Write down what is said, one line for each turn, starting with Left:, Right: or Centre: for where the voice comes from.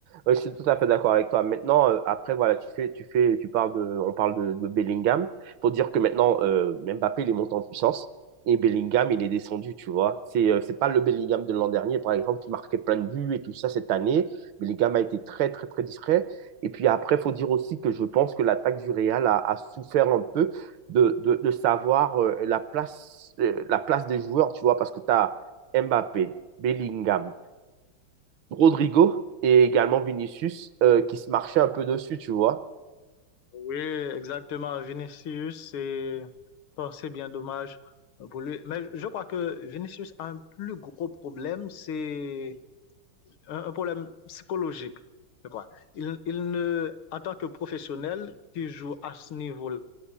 Right: Ouais, Je suis tout à fait d'accord avec toi. Maintenant, euh, après, voilà, tu fais, tu fais, tu parles de, on parle de, de Bellingham. Faut dire que maintenant, euh, Mbappé, il est monté en puissance et Bellingham, il est descendu, tu vois. C'est, euh, c'est pas le Bellingham de l'an dernier, par exemple, qui marquait plein de buts et tout ça cette année. Bellingham a été très, très, très discret. Et puis après, faut dire aussi que je pense que l'attaque du Real a, a souffert un peu de, de, de savoir euh, la place, euh, la place des joueurs, tu vois, parce que tu as Mbappé, Bellingham. Rodrigo et également Vinicius euh, qui se marchaient un peu dessus, tu vois.
Left: Oui, exactement. Vinicius, c'est bon, c'est bien dommage pour lui. Mais je crois que Vinicius a un plus gros problème, c'est un, un problème psychologique, je crois. Il, il ne, en tant que professionnel qui joue à ce niveau-là,